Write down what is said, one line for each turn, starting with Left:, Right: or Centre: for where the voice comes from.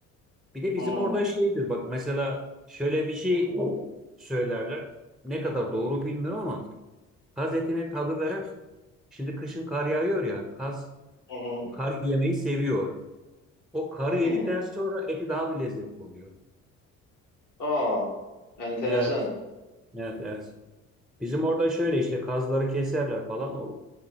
Centre: Bir de bizim
Left: Hmm.
Centre: orada şeydir bak mesela şöyle bir şey söylerler. Ne kadar doğru bilmiyorum ama kaz etine tadı veren şimdi kışın kar yağıyor ya kaz
Left: Hı hı.
Centre: kar yemeyi seviyor. O karı
Left: Hı.
Centre: yedikten sonra eti daha bir lezzetli oluyor.
Left: Aa, enteresan.
Centre: Evet, evet, evet. Bizim orada şöyle işte kazları keserler falan o